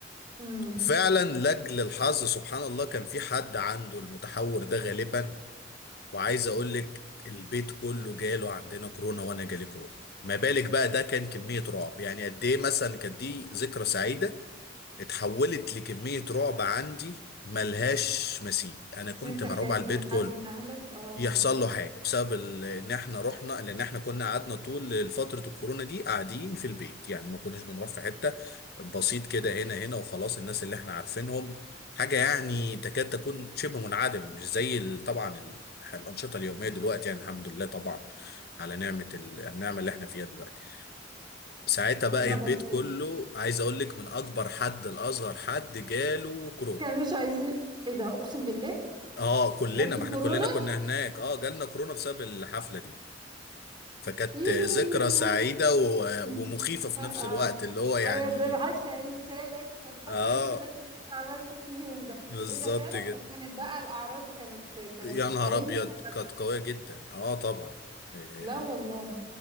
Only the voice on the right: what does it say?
امم
انت
خايف
ان حد
من اهلك اه
لا
بس
كانوش عايزين ايه ده اقسم بالله
جالكوا
كورونا
يليمي
<laughs>
آه. آه.
ايوه ده محدش هينسالك محدش
هينسالك اللي انت عملته فيهم ده
ايه ده فعلا
وكانت بقى الاعراض كانت كانت
قويه
ولا
لا والله